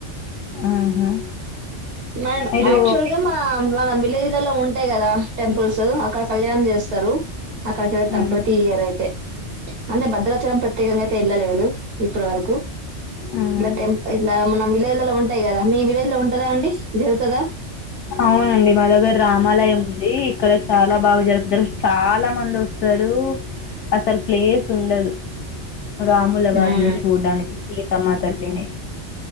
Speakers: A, on the left (about 70°); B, on the right (about 65°).
A: ఆహా
B: మ
A: మీరు
B: యాక్చువల్గా మా మన విలేజ్ లలో ఉంట ఉంటాయ్ కదా టెంపుల్స్ అక్కడ కళ్యాణం చేస్తారు అక్కడకి వెళ్తాం
A: ఉమ్
B: ప్రతి ఇయర్ అయితే అంటే భద్రాచలం ప్రతి ప్రత్యేకంగా ఎల్లలేదు ఇప్పటి వరకు
A: ఉమ్
B: ఇగా టెంపుల్ ఇలా మనం విలేజ్ లాలో ఉంటాయి కదా మీ విలేజ్ లో ఉంటదా అండి జరుగుతుందా
A: అవునండి మా దగ్గర రామాలయం ఉంది ఇక్కడ చాలా బాగా జరుపుతారు చాలా మంది ఓస్తారు అసలు ప్లేస్ ఉండదు రాముల వారిని
B: హ్మ్
A: చూడ్డానికి సీతమ్మ తల్లిని